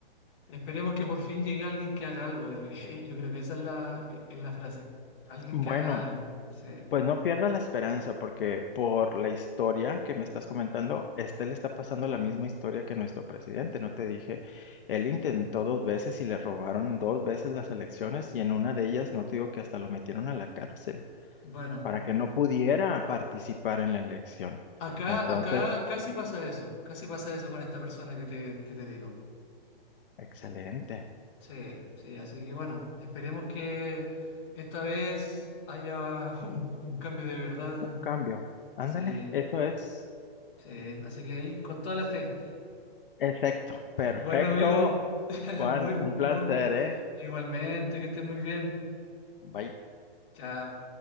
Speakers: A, on the left; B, on the left.
A: esperemos que por fin llegue alguien que haga algo. El- <laughs> Yo creo que esa es la, es la frase. Alguien
B: Bueno,
A: que haga algo. Sí.
B: pues no pierda la esperanza porque por la historia que me estás comentando, este le está pasando la misma historia que nuestro presidente, ¿no te dije? Él intentó dos veces y le robaron dos veces las elecciones y en una de ellas, no te digo que hasta lo metieron a la cárcel.
A: Bueno,
B: para que no pudiera participar en la elección.
A: acá,
B: Entonces,
A: acá casi pasa eso. Casi pasa eso con esta persona que te, que te digo.
B: excelente,
A: Sí, sí, así que bueno, esperemos que esta vez haya <laughs> un, un cambio de verdad.
B: un cambio. Ándale,
A: Sí,
B: eso es
A: sí, así que ahí, con toda la fe.
B: exacto. Perfecto,
A: Bueno, amigo, <laughs>
B: Juan,
A: muy,
B: un placer,
A: muy,
B: ¿eh?
A: igualmente, que estés muy bien.
B: Bye.
A: Chao.